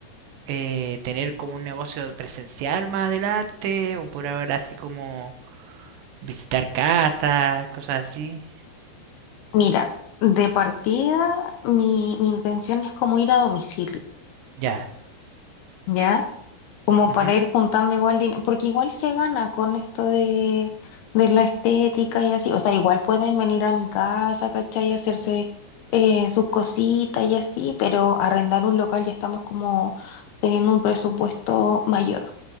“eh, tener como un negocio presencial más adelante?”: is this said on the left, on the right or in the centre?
Right